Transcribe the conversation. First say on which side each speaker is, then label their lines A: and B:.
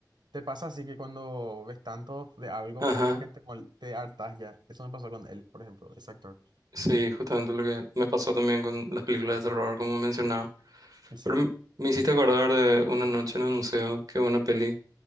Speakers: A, on the right (about 65°); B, on the right (about 45°).
A: te pasa así que cuando ves tanto de algo,
B: Ajá,
A: como que te, mol- te hartas ya. Eso me pasó con él, por ejemplo, ese actor.
B: sí, justamente lo que me pasó también con las películas de terror, como mencionaba.
A: Sí.
B: Pero m- me hiciste acordar de una noche en el museo, que una peli,